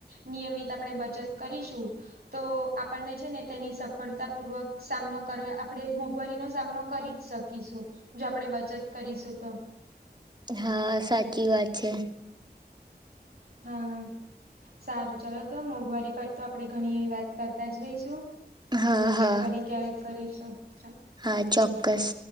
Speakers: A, on the right; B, on the right.
A: નિયમિત આપણે બચત કરીશું તો આપણને છે ને તેની સફળતા પૂર્વક સામનો કરવા આપણે મોંઘવારીનો સામનો કરી જ શકીશું. જો આપણેે બચત કરીશું તો
B: હા સાચી વાત છે.
A: હા. સારું ચાલો તો મોંઘવારી પર તો આપડે ઘણી વાત કરતા જ રહીશું.
B: હા હા
A: ફરી ક્યારેક કરીશું. હા
B: હા ચોક્કસ.